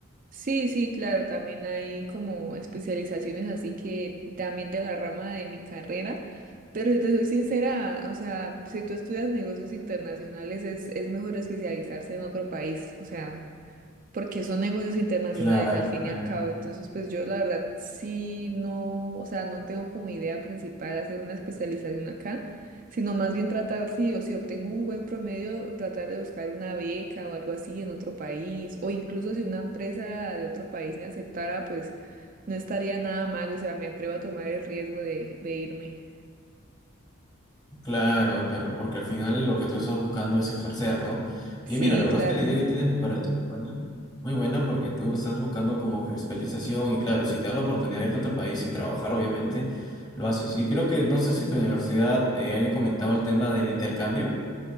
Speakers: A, on the right; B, on the left.
A: Sí, sí, claro, también hay como especializaciones así que también de la rama de mi carrera, pero si te soy sincera, o sea, si tú estudias negocios internacionales es, es mejor especializarse en otro país, o sea, porque son negocios internacionales
B: Claro,
A: al fin
B: claro,
A: y al cabo. Entonces, pues yo la verdad sí no, o sea, no tengo como idea principal hacer una especialización acá, sino más bien tratar, sí, o si obtengo un buen promedio, tratar de buscar una beca o algo así en otro país, o incluso si una empresa de otro país me aceptara, pues no estaría nada mal, o sea, me atrevo a tomar el riesgo de, de irme.
B: claro, claro, porque al final lo que tú estás buscando es ejercer, ¿no?
A: Sí,
B: Y mira, la verdad
A: claro.
B: es que la idea que tienes me parece muy buena, muy buena porque tú estás buscando como que especialización y claro, si te da la oportunidad de irte a otro país y trabajar, obviamente lo haces. Y creo que, no sé si tu universidad eh, hayan comentado el tema del intercambio.